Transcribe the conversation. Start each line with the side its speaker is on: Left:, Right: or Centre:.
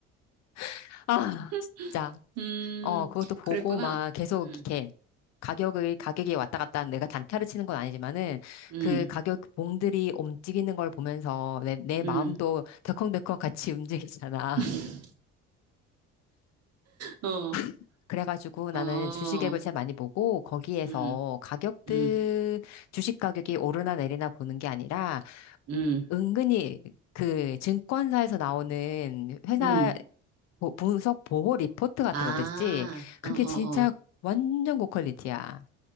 Left: <laughs> 아
Right: <laughs>
Left: 진짜.
Right: 음,
Left: 어, 그것도 보고
Right: 그랬구나.
Left: 막 계속
Right: 음,
Left: 이렇게 가격을, 가격이 왔다 갔다 하는 내가 단타를 치는 건 아니지만은
Right: 음,
Left: 그 가격 봉들이 움직이는 걸 보면서 내, 내
Right: 음,
Left: 마음도 덜컹덜컹 같이 움직이잖아.
Right: <laughs> 어,
Left: <laughs> 그래가지고 나는
Right: 어,
Left: 주식 앱을 제일 많이 보고 거기에서
Right: 음,
Left: 가격들,
Right: 음,
Left: 주식 가격이 오르나 내리나 보는 게 아니라
Right: 음,
Left: 은근히 그 증권사에서 나오는 회사
Right: 음.
Left: 보- 분석 보호 리포트 같은
Right: 아,
Left: 것들 있지? 그게
Right: 어, 어,
Left: 진짜
Right: 어.
Left: 완전 고퀄리티야.